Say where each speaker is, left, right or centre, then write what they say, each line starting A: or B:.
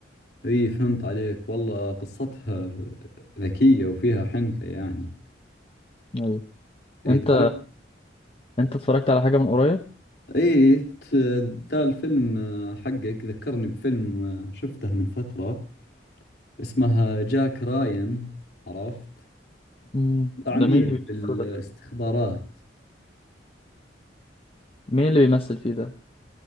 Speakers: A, on the left (about 60°); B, on the left (about 30°).
A: اي فهمت عليك والله قصتها ذكية وفيها حنكة يعني
B: ايوه
A: اي
B: انت
A: تعرف
B: انت اتفرجت على حاجة من قريب
A: اي ت- ذا الفيلم آه، حقك ذكرني بفيلم آه، شفته من فترة اسمها جاك راين عرفت
B: امم
A: عميل
B: ده مين اللي بيمثل
A: بالاستخبارات
B: ده مين اللي بيمثل فيه ده